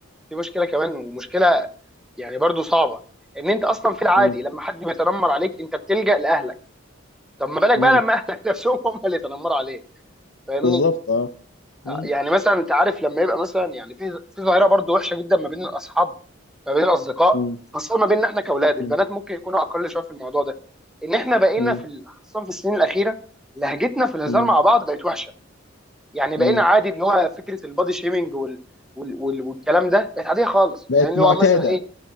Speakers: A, in the centre; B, on the left.
A: في مشكله كمان ومشكله يعني برضو صعبه ان انت اصلا في العادي
B: مم،
A: لما حد بيتنمر عليك انت بتلجأ لاهلك طب ما بالك
B: مم،
A: بقى لما اهلك <laughs> نفسهم هم اللي يتنمروا عليك فاهمني
B: بالظبط اه مم،
A: آه، يعني مثلا انت عارف لما يبقى مثلا يعني في في ظاهره برضو وحشه جدا ما بين الاصحاب ما بين الاصدقاء
B: مم،
A: خاصه ما بيننا احنا كاولاد البنات
B: مم،
A: ممكن يكونوا اقل شويه في الموضوع ده ان احنا بقينا
B: مم،
A: في ال- خاصه في السنين الاخيره لهجتنا في الهزار
B: مم،
A: مع بعض بقت وحشه يعني
B: مم.
A: بقينا عادي اللي هو فكره البادي شيمينج وال... وال... وال... والكلام ده بقت عاديه خالص
B: بقت
A: يعني اللي
B: معتاده
A: هو مثلا ايه